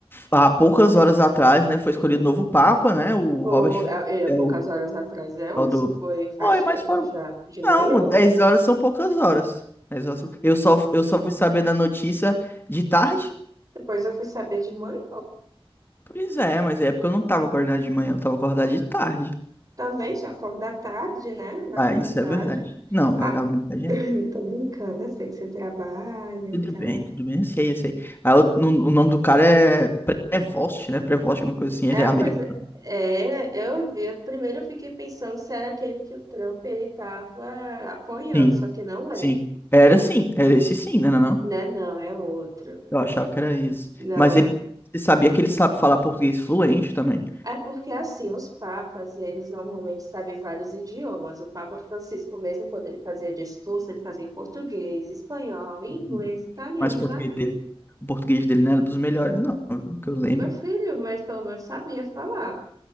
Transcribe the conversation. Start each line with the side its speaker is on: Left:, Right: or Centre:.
Left: há poucas horas atrás, né, foi escolhido o novo Papa, né? O
Right: Ou,
Left: Robert
Right: é, é,
Left: é
Right: poucas
Left: o
Right: horas atrás, é,
Left: tal
Right: isso
Left: do.
Right: foi faz
Left: Oi, mas
Right: tempo
Left: foram.
Right: já, de
Left: Não,
Right: manhã.
Left: Dez horas são poucas horas. Mas horas são- Eu só, eu só fui saber da notícia de tarde.
Right: Depois eu fui saber de manhã.
Left: Pois é, mas é porque eu não tava acordado de manhã, eu tava acordado de tarde.
Right: Também só acordar tarde, né? Vagabundagem.
Left: Ah, isso é verdade. Não,
Right: Ah,
Left: vagabundo,
Right: <laughs>
Left: tá
Right: <clears throat> tô brincando, eu sei que você trabalha,
Left: Tudo
Right: tá?
Left: bem, tudo bem, eu sei, eu sei. Ah, o, no- o nome do cara é Prevost, né? Prevost, alguma coisa assim, ele
Right: É a
Left: é americano.
Right: coisa. É, eu vi. Primeiro eu fiquei pensando se era aquele que o Trump ele tava apoiando,
Left: Sim,
Right: só que não é.
Left: sim. Era sim, era esse sim, né? Não, não?
Right: Né? Não, é outro.
Left: Eu achava que era isso.
Right: Não,
Left: Mas
Right: não.
Left: ele, você sabia que ele sabe falar português fluente também.
Right: É porque assim, os papas, eles normalmente sabem vários idiomas. O Papa Francisco, mesmo quando ele fazia discurso, ele fazia em português, espanhol, inglês,
Left: Hum.
Right: italiano
Left: Mas o
Right: e
Left: português dele, o português dele não era dos melhores, não, que eu lembro.
Right: Meu filho, mas pelo menos sabia falar.